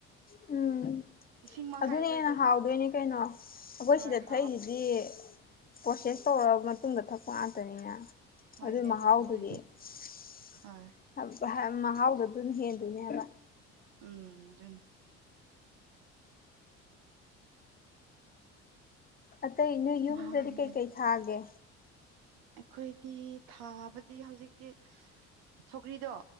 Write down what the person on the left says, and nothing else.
ꯎꯝ
ꯑꯗꯨꯅ
ꯍꯦꯟꯅ ꯍꯥꯎꯗꯣꯏꯅꯦ ꯀ‌ꯩꯅꯣ ꯑꯈꯣꯏ
ꯁꯤꯗ
ꯊꯛꯏ ꯗꯤ ꯄ꯭ꯔꯣꯁꯦꯁ ꯇꯧꯔ ꯃꯇꯨꯡꯗ ꯊꯛꯄ ꯉꯥꯛꯇꯅꯤꯅ꯫
ꯑꯗꯨ ꯃꯍꯥꯎꯗꯨꯗꯤ
<unintelligible>
ꯃꯍꯥꯎꯗ‌ꯣ ꯑꯗꯨꯅ ꯍꯦꯟꯗꯣꯏꯅꯦ ꯍꯥꯕ꯫
ꯑꯇꯩ ꯅꯣꯏ ꯌꯨꯝꯗꯗꯤ
ꯀꯩꯀꯩ ꯊꯥꯒꯦ꯫